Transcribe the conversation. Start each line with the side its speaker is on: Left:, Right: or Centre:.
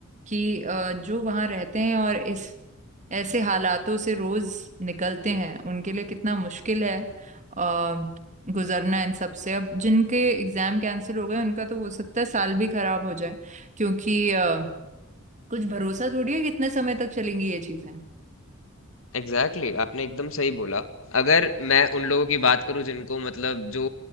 Right: कि अ, जो वहाँ रहते हैं और इस ऐसे हालातों से रोज निकलते हैं उनके लिए कितना मुश्किल है आ, गुजरना इन सब से अब जिनके एग्जाम कैंसिल हो गए उनका तो हो सकता है साल भी खराब हो जाए क्योंकि अ, कुछ भरोसा थोड़ी है कितने समय तक चलेंगी ये चीजें
Left: एग्जैक्टली exactly, आपने एकदम सही बोला अगर मैं उन लोगों की बात करूं जिनको मतलब जो